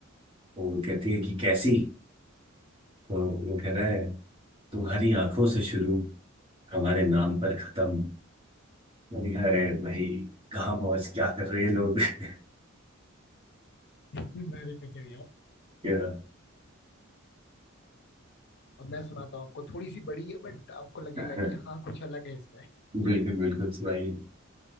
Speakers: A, on the right; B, on the left.
A: तो वो कहती है कि कैसी तो वो कह रहा है तुम्हारी आंखों से शुरू हमारे नाम पर खत्म मैंने कहा अरे
B: हाय हाय,
A: भाई कहाँ पहुंच क्या कर रहे हैं लोग <laughs>
B: अरे गजब यार
A: या,
B: अब मैं सुनाता हूँ आपको थोड़ी सी बड़ी है बट आपको लगेगा
A: हाँ,
B: कि हाँ कुछ अलग है इसमें
A: बिल्कुल बिल्कुल सुनाइए